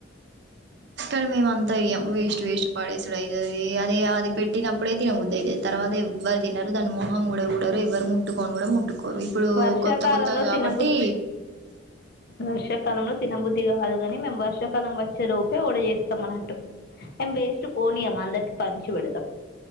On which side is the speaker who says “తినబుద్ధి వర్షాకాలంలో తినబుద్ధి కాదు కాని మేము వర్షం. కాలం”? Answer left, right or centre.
Left